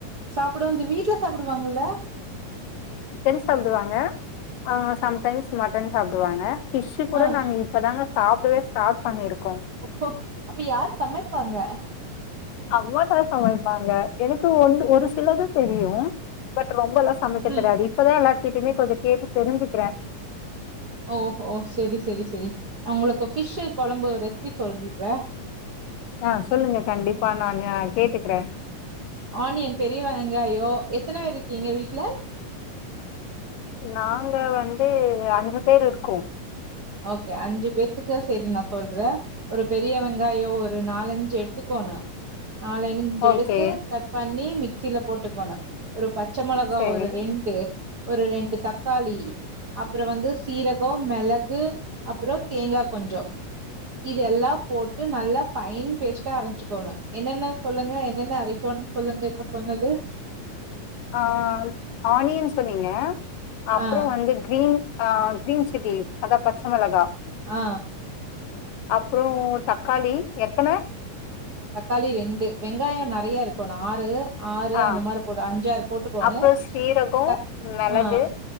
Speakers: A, on the right; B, on the left.
A: சாப்பிடவு இந்த வீட்ல சாப்பிடுவாங்கல
B: தென் சாப்பிடுவாங்க ஆ சம்டைம்ஸ் மட்டன் சாப்புடுவாங்க ஃபிஷ் கூட
A: ஆ.
B: நாங்க இப்பதாங்க சாப்டவே ஸார்ட் பண்ணிருக்
A: அப்போ அப்ப யார் சமைப்பாங்க
B: அவமா தா சமைப்பாங்க எனக்கு ஒ ஒரு சிலது தெரியு பட் ரொம்பலா சமை
A: ம்.
B: ரதி இப்பதா எல்லாத் ட்டுமே கொஞ்ச கேட்டு தெரிஞ்சுக்கிறே
A: ஓ கோ சரி சரி சரி உங்களுக்கு ஃபிஷ் குழம்பு ரெசிபி சொல்லிட்ற
B: ஆ சொல்லுங்க கண்டிப்பா நானு ஆ கேட்டுக்கிறே
A: ஆனியன் பெரிய வெங்காயோ எத்தன பேர் இருக்கீங்க வீட் ஏ
B: நாங்க வந்து அஞ்சு பேர் இருக்கோ
A: ஓகே அஞ்சு பேத்துக்கு சரினா சொல்றே ஒரு பெரிய வெங்காயோ ஒரு நாலஞ்சு எடுத்துக்கணு நாலு அஞ்ச
B: ஓகே
A: எடுத்து கட் பண்ணி மிக்சில போட்டுக்கணு ஒரு பச்ச மிளகா
B: சரி
A: ஒரு ரெண்டு ஒரு ரெண்டு தக்காளி அப்புற வந்து சீரகம் மிளக் து அப்புறோ தேங்கா கொஞ்சோ இதெல்லா போட்டு நல்லா ஃபைன் பேஸ்டா அரைச்சிக்கோனு என்னென்ன சொல்லுங்க என்னென்ன அரைக்கனும்னு சொல்லுங்க இப்ப சொன்னது
B: ஆ ஆனியன் சொன்னீங்க அப்புற
A: ஆ
B: வந்து கிரீன் ஆ கிரீன் சில்லி அதா பச்ச மிளகா
A: ஆ
B: அப்புறோ தக்காளி எத்தன
A: தக்காளி ரெண்டு வெங்காயோ நறைய இருக்கனு ஆறு ஆறு
B: ஆ
A: அந்த மாரி போடு அஞ்சாறு போட்டுக்கணு
B: அப்றோ சீரகோ
A: தக்
B: மெளகு
A: ஆ